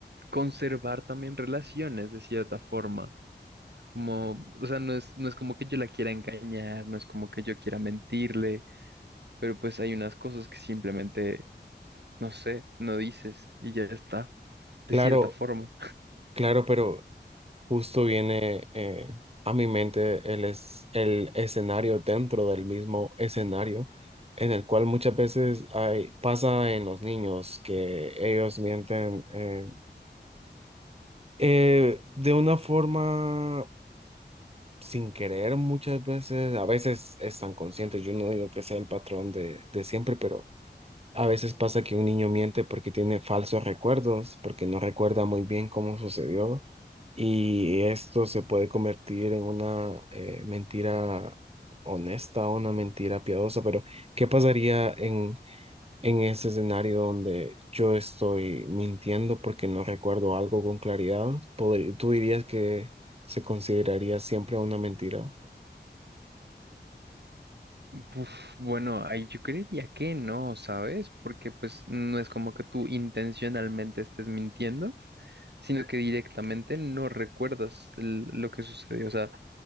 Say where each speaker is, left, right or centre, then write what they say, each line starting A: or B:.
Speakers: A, on the right; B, on the right.
A: conservar también relaciones de cierta forma. Como, o sea, no es, no es como que yo la quiera engañar, no es como que yo quiera mentirle, pero pues hay unas cosas que simplemente, no sé, no dices y ya está,
B: Claro,
A: de cierta forma.
B: claro, pero Justo viene eh, a mi mente el, es- el escenario dentro del mismo escenario, en el cual muchas veces hay, pasa en los niños que ellos mienten eh, eh, de una forma sin querer muchas veces, a veces están conscientes, yo no digo que sea el patrón de, de siempre, pero a veces pasa que un niño miente porque tiene falsos recuerdos, porque no recuerda muy bien cómo sucedió y esto se puede convertir en una eh, mentira honesta, una mentira piadosa, pero ¿qué pasaría en, en ese escenario donde yo estoy mintiendo porque no recuerdo algo con claridad? Podri- ¿Tú dirías que se consideraría siempre una mentira?
A: Uf, bueno, ahí yo creería que no, ¿sabes? Porque pues no es como que tú intencionalmente estés mintiendo, sino que directamente no recuerdas el- lo que sucedió. O sea,